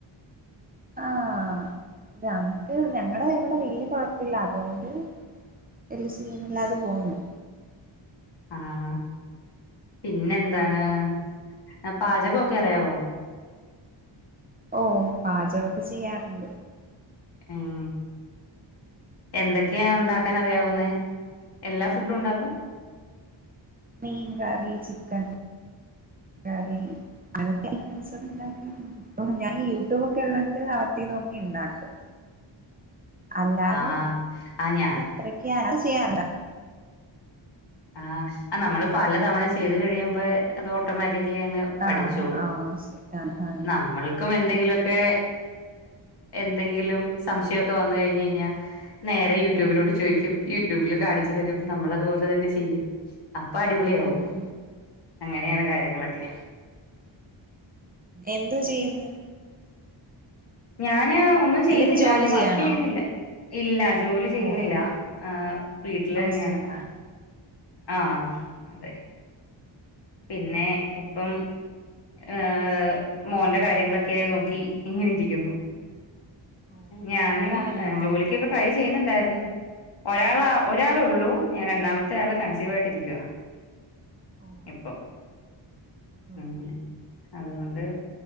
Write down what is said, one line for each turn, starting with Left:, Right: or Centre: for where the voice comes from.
Right: ആഹ്.. ഞങ്ങക്ക് ഞങ്ങടെ ഇവിടെ വല്യ കൊഴപ്പില്ല. അതുകൊണ്ട് വല്ല്യ സീനില്ലാതെ പോവുന്നു.
Left: ആഹ്.. പിന്നെ എന്താ ഏഹ്. പാചകൊ ക്കെ അറിയാവോ?
Right: ഓ പാചകമൊക്കെ ചെയ്യാറുണ്ട്.
Left: എം എന്തൊക്കെയാ ഉണ്ടാക്കാൻ അറിയാവുന്നെ? എല്ലാ ഫുഡും ഉണ്ടാക്കും
Right: മീൻ കറി ചിക്കൻ കറി അങ്ങതെ എറ്റെം സൊക്കെ ഇണ്ടാക്കാറുണ്ട് ഇപ്പൊ ഞാൻ യൂട്യൂബ് ഒക്കെ ഉള്ളണ്ട് അവത്തി നോക്കി ഇണ്ടാക്കും അല്ലാതെ
Left: ആഹ് ആ ഞാ
Right: അത്രക്ക് അല്ലാതെ ചെയ്യാറില്ല
Left: ആഹ നമ്മള് പല തവണ ചെയ്ത് കഴിയുമ്പോ അത് ഓട്ടോമാറ്റി- ക്കിലിഅങ് പഠിച്ചോളും
Right: ആഹ് ആഹ് ശരി ആഹ് ആഹ്
Left: നമ്മൾക്കും എന്തെങ്കിലും- ക്കെ എന്തെങ്കിലും സംശയൊക്കെ വന്ന കഴിഞ്ഞഴിഞ്ഞാൽ നേരെ യൂട്യൂബിനോട് ചോദിക്കും യൂട്യൂബിൽ കാണിച്ചു തരും നമ്മളതുപോലെ തന്നെ ചെ ചെയ്യുംഅപ്പൊ അടിപൊളിയ ആാവും
Right: ഓഹ്
Left: അങ്ങനെയാണ് കാര്യങ്ങളൊക്കെ
Right: എന്തോ ചെയ്യുന്ന്
Left: ഞാൻ ന് ഒന്നും ചെയ്യുന്നില്ല
Right: എന്തേലും ജോലി
Left: ഞാൻ
Right: ചെയ്യാണോ
Left: വർക്കയ്യിന്നില്ല. ഇല്ലാ ജോലി ചെയ്യുന്നില്ല
Right: ഓഹ്
Left: ആ വീട്ടില്
Right: ഹൗസ്
Left: തന്നെയാണ്
Right: വൈഫാണ്
Left: ആഹ അതെ <unintelligible> പിന്നെ ഇപ്പം ഏർ മോറെ കാര്യങ്ങളൊക്കെ നോക്കി ഇങ്ങനെ ഇരിക്കുന്നു
Right: ഓ
Left: ഞാനും
Right: ഒരാളെ ഉള്ളോ
Left: ജോലിക്കക്ക്ൊക്കെ ട്രൈ ചെയ്യുന്നുണ്ടായിരുന്നു ഒരാൾ ഒരാള ഉള്ളൂ ഞാൻ രണ്ടാമത്തെ ആളെ കൺസീവ ആയിട്ട്ിരിക്കുക
Right: ഓ
Left: ഇപ്പൊ
Right: ഓ
Left: ഉം അതുകൊണ്ട്